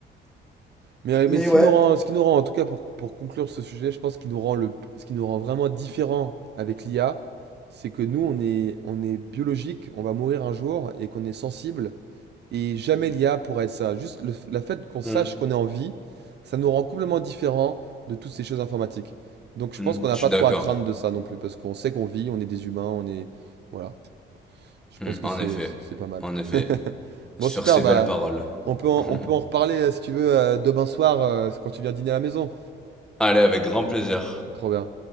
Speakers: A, on the right; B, in the centre.
A: Mais, euh, mais
B: Mais
A: ce
B: ouais.
A: qui nous rend, ce qui nous rend, en tout cas pour, pour conclure ce sujet, je pense qu'il nous rend le, ce qui nous rend vraiment différent avec l'IA, c'est que nous, on est, on est biologique, on va mourir un jour et qu'on est sensible. Et jamais l'IA pourra être ça. Juste le, f- la fait qu'on sache
B: Mm,
A: qu'on est en vie, ça nous rend complètement différent de toutes ces choses informatiques. Donc je
B: mm,
A: pense qu'on n'a
B: je suis
A: pas trop
B: d'accord.
A: à craindre de ça non plus, parce qu'on sait qu'on vit, on est des humains, on est... Voilà. Je pense
B: Mm,
A: que
B: en
A: c'est
B: effet,
A: c'est pas mal.
B: en effet.
A: <laughs> Bon,
B: Sur
A: super,
B: ces
A: bah,
B: belles paroles.
A: on peut en,
B: <laughs>
A: on peut en reparler euh, si tu veux euh, demain soir euh, quand tu viens dîner à la maison.
B: Allez, avec grand plaisir.
A: Trop bien.